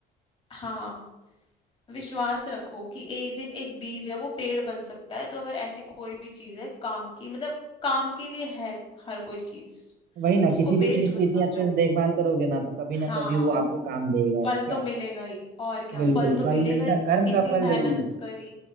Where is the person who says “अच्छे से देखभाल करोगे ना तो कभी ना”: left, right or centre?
Right